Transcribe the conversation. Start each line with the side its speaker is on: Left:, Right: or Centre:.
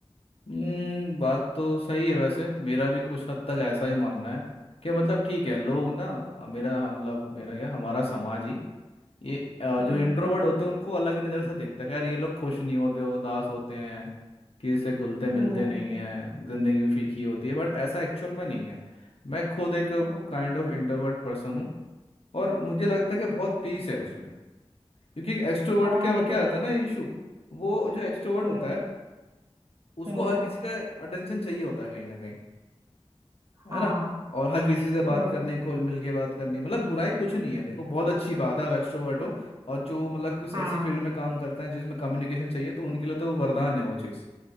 Left: हम्म बात तो सही है वैसे मेरा भी कुछ हद तक ऐसा ही मानना है कि मतलब ठीक है लोग ना मेरा मतलब मेरा क्या हमारा समाज ही ये अ,
Right: हम्म
Left: जो इंट्रोवर्ट होते हैं उनको अलग ही नज़र से देखता है कि यार ये लोग खुश नहीं होते हो उदास होते हैं किसी से घुलते मिलते
Right: हम्म,
Left: नहीं है ज़िंदगी में फीकी होती है बट ऐसा एक्चुअल में नहीं है मैं खुद एक
Right: और नहीं
Left: काइंड ऑफ इंट्रोवर्ट पर्सन हूँ और मुझे लगता है कि बहुत पीस है उसमें क्योंकि एक्सट्रोवर्ट
Right: और
Left: क्या
Right: नहीं
Left: क्या
Right: तो क्या
Left: आता है ना इशू वो जो एक्सट्रोवर्ट
Right: हम्म
Left: होता है उसको
Right: हम्म
Left: हर किसी का अटेंशन चाहिए होता है कहीं ना कहीं है
Right: हाँ
Left: ना और हर किसी से बात
Right: हम्म
Left: करने खोल मिल के बात करनी मतलब बुराई कुछ नहीं है देखो बहुत अच्छी बात है आप एक्सट्रोवर्ट हो और जो मतलब कुछ
Right: हाँ
Left: ऐसी फील्ड में काम करते हैं जिसमें कम्युनिकेशन चाहिए तो उनके लिए तो वरदान है वो चीज़